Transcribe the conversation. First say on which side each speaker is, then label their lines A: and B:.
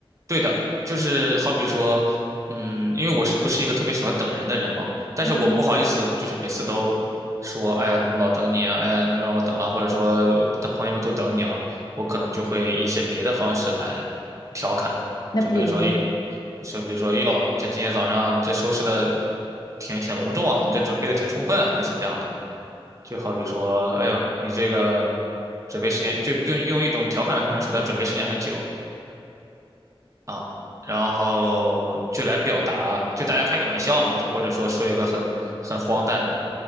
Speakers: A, on the right; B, on the left.
A: 对的，就是好比说，嗯，因为我是不是一个特别喜欢等人的人嘛，但是我不好意思，
B: 嗯，
A: 就是每次都说，哎呀，怎么老等你啊，哎呀，你又让我等了，或者说我的朋友们都等你了，我可能就会一些别的方式来调侃，
B: 那比如呢？
A: 就比如说说比如说哟，这今天早上你这收拾的挺挺隆重啊，你这准备的挺充分啊，类似这样的。就好比说，哎呦，你这个准备时间，就用用一种调侃的方式说他准备时间很久啊，然后就来表达，就大家开个玩笑嘛，就或者说说一个很很荒诞的，